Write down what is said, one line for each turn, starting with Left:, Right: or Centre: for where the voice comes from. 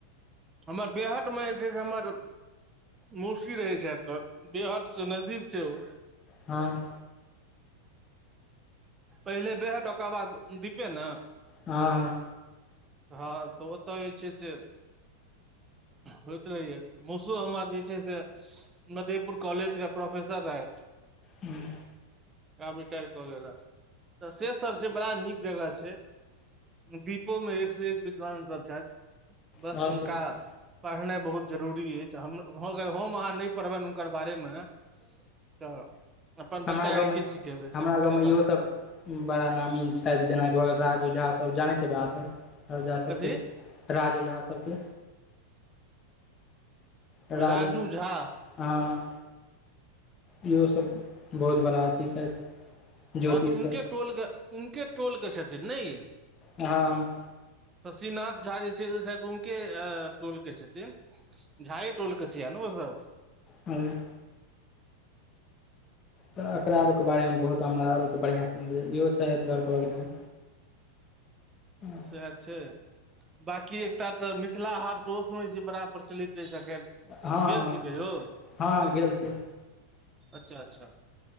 Right: हमर बेहटमे जे छै से हमर मौसी रहै छैथ तऽ बेहट स नजदीक छै ऊ
Left: हँ
Right: पहिले बेहट ओकर बाद दीपे ने
Left: हँ
Right: हँ तऽ ओत्त जे छै से होइत रहैएऽ मौसो हमरा जे छै से मधेपुर कॉलज क प्रोफेसर रहैथ
Left: हँ
Right: आब रिटायर कऽ गेले, तऽ से सब छै बड़ा नीक जगह छै दीपोमे एक स एक विद्वानसभ छैथ बस
Left: आओर
Right: हुनका
Left: सब तऽ
Right: पढेनाइ बहुत जरूरी अछि हम अगर हम अहाँ नहि पढ़बनि हुनकर बारेमे तऽ अपन
Left: हमरा
Right: बच्चाके
Left: गाँवमे
Right: की सिखेबै
Left: हमरा गाँवमे
Right: से
Left: इहो सब बड़ा नामी छैथ जेनाकि भऽ गेल राजूझा सभ जानैत हेबै अहाँ सभ राजु झा सभके
Right: कथी
Left: राज ओझा सबके राज
Right: राजू
Left: ओझा
Right: झा
Left: हँ, इहो सब बहुत बड़ा अथी छथि ज्योतिषसँ
Right: हँ तऽ उनके टोलके उनके टोल के छथिन ने इ
Left: हँ
Right: शशिनाथ झा जे छै शायद उनके टोलके छथिन झाये टोल के छिया ने ओसब
Left: हूँ तऽ एकरा और के बारे मे बहुत हमरा और के बढ़िआँ स नै इहो छै शहत करप ल <unintelligible>
Right: सएह छै, बाकी एकटा तऽ मिथिला हाट सेहो सुनै छियै बड़ा प्रचलित छै एखन
Left: हँ हँ
Right: गेल छी कहियौ,
Left: हँ हँ गेल छी
Right: अच्छा अच्छा